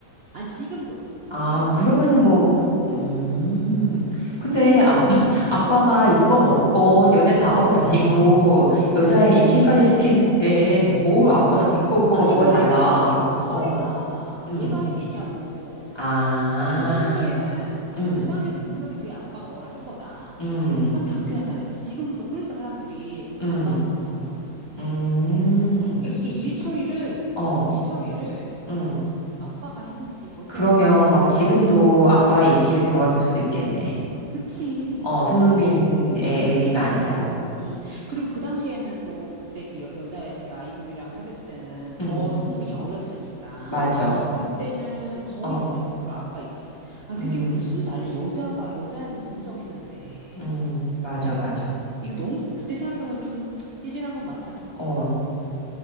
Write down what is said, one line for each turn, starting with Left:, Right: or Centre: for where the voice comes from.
Right: 아니, 지금도.
Left: 아,
Right: 지금
Left: 그러면은
Right: 그 얘기를 하는 거야.
Left: 뭐, 음,
Right: 그러니까
Left: 근데
Right: 그때도
Left: 아빠, <laughs> 아빠가 있건 없건 연애 다 하고
Right: 음.
Left: 다니고 여자애 임신까지 시키는데 <laughs> 뭘 아빠
Right: 아,
Left: 있고 없고가
Right: 아니,
Left: 뭐가
Right: 그러니까
Left: 달라.
Right: 지금 철이가
Left: 어, 음,
Right: 얘가 했겠냐고.
Left: 아,
Right: 그러니까 그 당시에는,
Left: 음,
Right: 그 당시에도 분명히 뒤에 아빠가 뭐라 한 거다.
Left: 음,
Right: 사람 다 그렇게 생각하니까. 지금도, 그러니까 사람들이
Left: 음,
Right: 아빠한테서 벗어나라고.
Left: 음,
Right: 그러니까 이게 일처리를,
Left: 어,
Right: 일처리를
Left: 음.
Right: 아빠가 했는지, 못
Left: 그러면
Right: 했는지.
Left: 막 지금도
Right: 음.
Left: 아빠의 입김이 들어갔을 수도 있겠네.
Right: 그치.
Left: 어, 손흥민의 의지가 아니라.
Right: 음, 그리고 그 당시에는 또 그때 그 여, 여자 아이돌이랑 사귀었을 때는 더
Left: 음,
Right: 손흥민이 어렸으니까
Left: 맞아.
Right: 그때는 거의
Left: 어,
Right: 진짜 100% 아빠 입기. 아, 그게
Left: 음.
Right: 무슨 난리야. 여자가, 여자는 인정했는데.
Left: 음, 맞아, 맞아.
Right: 이거 너무 그때 생각해보면 좀 찌질한 건 맞다.
Left: 어,